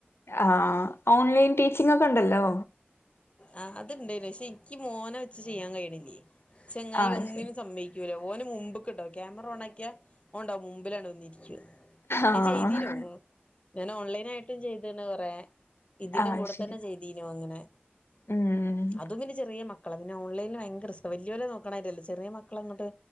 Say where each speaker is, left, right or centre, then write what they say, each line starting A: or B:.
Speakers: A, on the left; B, on the left.
A: ആഹ് ഓൺലൈൻ ടീച്ചിങ് ഒക്കെ ഉണ്ടല്ലോ
B: ആ അത്ണ്ടായിനി പക്ഷെ എനിക്ക് മോനെ വെച്ച് ചെയ്യാൻ കഴിയണില്ലേ ചെങ്ങായി
A: ആഹ്
B: ഒന്നിനും
A: ശരി
B: സമ്മയി ക്കൂല ഓന് മുമ്പ്ക്ക്ണ്ടാവും ക്യാമറ ഓണ ആക്കിയാ ഓന്ണ്ടാവും മുമ്പിലാണ് വന്നിരിക്ക
A: ആഹ്
B: ഞാൻ ചെയ്തീനു ഞാൻ ഓൺലൈൻ ആയിട്ടും ചെയ്ത്ണ് കൊറെ ഇതിന്റെ
A: ആഹ്
B: കൂടെ
A: ശരി
B: തന്നെ ചെയ്തീനു അങ്ങനെ
A: ഉം
B: അതും പിന്നെ ചെറിയ മക്ക ക്കള പിന്ന ഓൺലൈനിൽ ഭയങ്കര റിസ്ക്കാ വല്യോലെ നോക്കണ മാതിരി അല്ല ചെറിയ മക്കളെ അങ്ങട്ട്